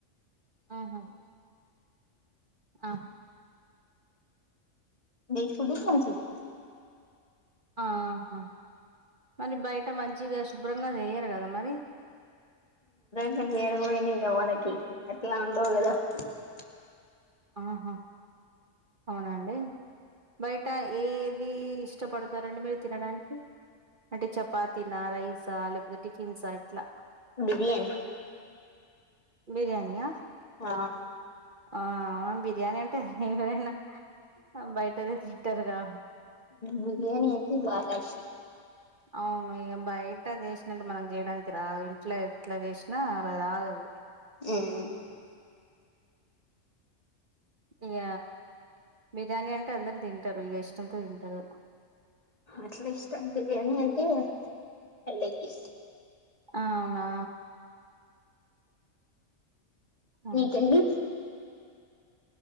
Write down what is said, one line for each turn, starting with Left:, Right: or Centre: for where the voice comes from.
Right: ఆహా ఆ
Left: నేట్ ఫుడ్ కొంచి <unintelligible>
Right: ఆహా మరి బయట మంచిగా శుభ్రంగా చెయ్యరు కదా మరి
Left: వరు పోయి న కావనకి ఎట్లా ఉండవుల <unintelligible>
Right: ఆహా అవునా అండి బయట ఏది ఇష్టపడతారండి మీరు తినడానికి అంటే చపాతీనా రై సా లేకపోతె టిఫిన్స్ ఆ ఇట్లా
Left: బిర్యానీ
Right: బిర్యానియా
Left: ఆ
Right: ఆ బీర్ బిర్యానీ అంటే ఎవరైనా బయటదే తింట్టారుగా
Left: బిర్యానీ అయితే బాగా ఇష్టం
Right: అవును ఇగ బయట చేసినట్టు మనం చేయడానికి రాదు ఇంట్లా ఇట్లా చేసినా రాదు అది
Left: ఉం
Right: ఇగ బిర్యానీ అంటే అందరు తింటారు ఇగ ఇష్టంతో తింటారు
Left: అట్లా ఇష్టం బిర్యానీ అంటే అల్లకి
Right: ఆ అవునా ఆ
Left: మీకండి